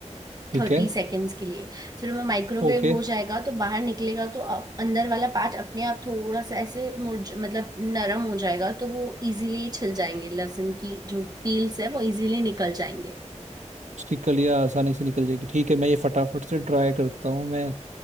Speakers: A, on the right (about 75°); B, on the right (about 30°).
A: ठीक
B: थर्टी
A: है
B: सेकेंड्स के लिए फिर वो माइक्रोवेव
A: ओके
B: हो जाएगा तो बाहर निकलेगा तो अ- अंदर वाला पार्ट अपने आप थोड़ा सा ऐसे मुरझ मतलब नरम हो जाएगा तो वो इजीली छिल जाएंगे लहसुन की जो पील्स है वो इजीली निकल जाएंगे
A: उसकी कलियां आसानी से निकल जाएगी ठीक है मैं ये फटाफट से ट्राई करता हूँ मैं